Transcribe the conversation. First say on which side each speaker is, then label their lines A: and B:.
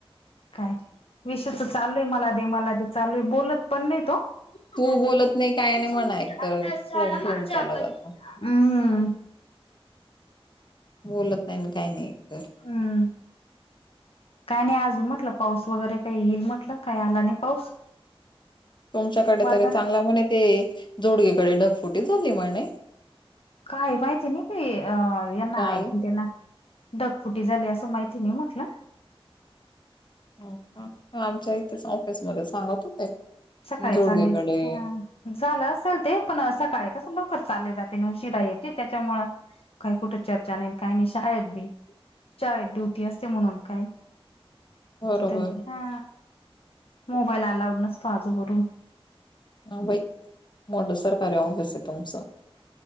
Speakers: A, on the left; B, on the left.
A: काय रे? विषय तर चालूय मला दे मला दे चालूय बोलत पण नई तो. <unintelligible>
B: तू बोलत नाही काय नाही म्हणा एक तर फोन ठेवून चालला जातो
A: हम्म.
B: बोलत नाही ना काही नाही एकतर.
A: हम्म काय नाही आज मी म्हटलं पाऊस वगैरे काही येईल म्हटलं, काही आला नाही पाऊस.
B: तुमच्याकडे
A: वातार
B: तरी चांगला म्हणे ते, जोडगीकडे ढगफुटी झाली म्हणे?
A: काय माहिती नई बी अ- यांना
B: काल
A: आहेत त्यांना. डगफुटी झाली असं माहिती नई म्हटलं.
B: ह ह आमच्या इथेच ऑफिसमध्ये सांगत होते.
A: सकाळी
B: जोडगेकडे
A: चाललेच हा. झालं असेल ते, पण सकाळी कसं लवकर चालले जाते नि उशिरा येते त्याच्यामुळ काही कुठे चर्चा नई काय नाही, शाळेत बी चाळ ड्युटी असते म्हणून काय.
B: बरोबर
A: तिथे <unintelligible> हा. मोबाईल अलाउड नसतो आजूवरून.
B: ह बई, मोठं सरकारारी ऑफिसय तुमचं.